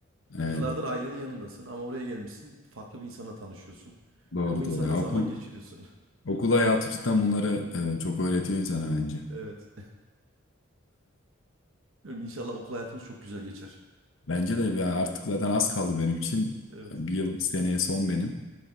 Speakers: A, on the left; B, on the right.
A: Evet.
B: Yıllardır ailenin yanındasın ama oraya gelmişsin. Farklı bir insana tanışıyorsun.
A: Doğru
B: Ve o insanla
A: doğru. Yani okul
B: zaman geçiriyorsun. <laughs>
A: okul hayatı cidden bunları e, çok öğretiyor insana bence.
B: Evet. Bilmiyorum, İnşallah okul hayatımız çok güzel geçer.
A: Bence de ya artık zaten az kaldı benim için.
B: Evet.
A: Bir yıl seneye son benim.